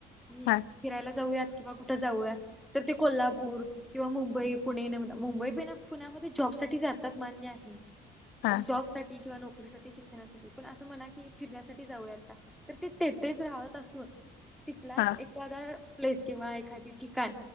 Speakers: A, in the centre; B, on the left (about 85°).
A: की.
B: हा
A: फिरायला जाऊयात किंवा कुठं जाऊयात तर ते कोल्हापूर किंवा मुंबई. पुणे मुंबई प पुण्यामध्ये जॉब साठी जातात मान्य आहे
B: हा
A: पण जॉब सा किंवा नोकरीसाठी शिक्षणासाठी पण असं म्हणा की फिरण्यासाठी जाऊया का. तर ती तेथेच राहत असून तिथलाच
B: हा
A: एक. एखादा प्लेस किंवा एखादी ठिकाण